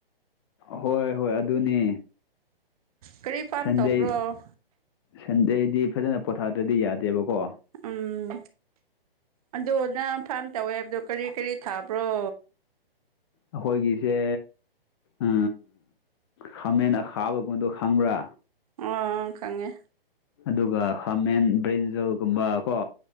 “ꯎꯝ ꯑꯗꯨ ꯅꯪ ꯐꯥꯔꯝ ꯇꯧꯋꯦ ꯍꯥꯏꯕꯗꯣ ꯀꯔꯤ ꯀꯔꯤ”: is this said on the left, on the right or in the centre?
Right